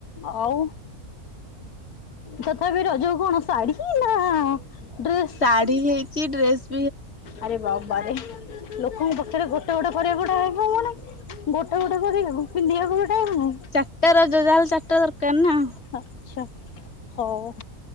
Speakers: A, on the left; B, on the left.
A: ଆଉ ତଥାପି ରଜ କୁ କଣ ଶାଢ଼ୀ ହିଁ ନା ଡ୍ରେସ?
B: ଶାଢୀ ହେଇଛି ଡ୍ରେସ୍
A: ଆରେ ବାବାରେ ଲୋକଙ୍କ ପାଖରେ ଗୋ ଗୋଟେ ଗୋଟେ କରିବାକୁ ଟାଇମ ହଉନି, ଗୋଟେ ଗୋଟେ କରିବାକୁ ପିନ୍ଧିବାକୁ ବି ଟାଇମ
B: ଚାରଟା ର ଯାହେଲେ ଚାରଟା ଦରକାର ନା।
A: ଆଚ୍ଛା ହଉ